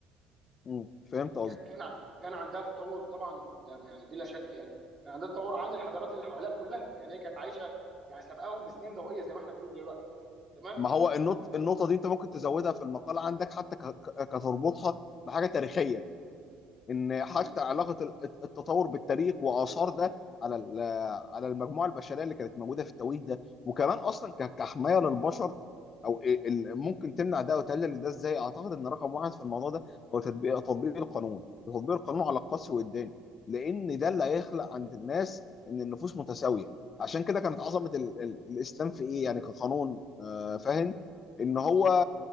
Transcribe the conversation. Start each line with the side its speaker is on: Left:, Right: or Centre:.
Left: امم فهمت
Right: يعني كا-
Left: قصدي
Right: كان ع- كان عندها تطور طبعا ده يعني بلا شك يعني كان عندها تطور عن الحضارات اللي حواليها كلها يعني هي كانت عايشه يعني سابقاهم بسنين ضوئيه زي ما احنا بنقول دلوقتي تمام
Left: ما هو النط...
Right: الح-
Left: النقطة دي انت ممكن تزودها في المقال عندك حتى ك... ك- كتربطها بحاجة تاريخية ان حتى
Right: مم.
Left: علاقه ال- التطور بالتاريخ واثار ده على ال- على المجموعه البشريه اللي كانت موجوده في التوقيت ده وكمان اصلا ك- كحمايه للبشر او إيه ال- ممكن تمنع ده وتقلل ده ازاي اعتقد ان رقم واحد في الموضوع ده هو تطبيق تطبيق القانون تطبيق القانون على
Right: مم.
Left: القسري والداني لان ده اللي هيخلق عند الناس ان النفوس متساويه عشان كده كانت عظمه ال ال الاسلام في ايه يعني كقانون آه فاهم ان هو
Right: مم.